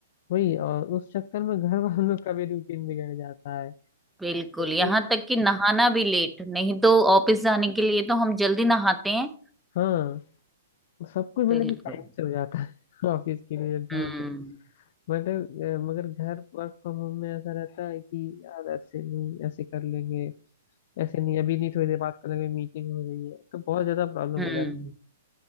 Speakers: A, on the left; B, in the centre.
A: वही और उस चक्कर में घर वालों का भी रूटीन बिगड़ जाता है
B: बिल्कुल
A: क्योंकि
B: यहाँ तक कि नहाना भी लेट नहीं तो ऑफिस जाने के लिए तो हम जल्दी नहाते हैं
A: हाँ सब कुछ मतलब
B: बिल्कुल
A: कि टाइम से हो जाता है <laughs> ऑफिस के लिए जाओ
B: हम्म
A: तो। बट अ, मगर घर वर्क फ्रॉम होम में ऐसा रहता है कि यार ऐसे नहीं ऐसे कर लेंगे ऐसे नहीं अभी नहीं थोड़ी देर बात कर लेंगे मीटिंग हो रही है तो बहुत ज्यादा प्रॉब्लम
B: हम्म
A: हो जाती है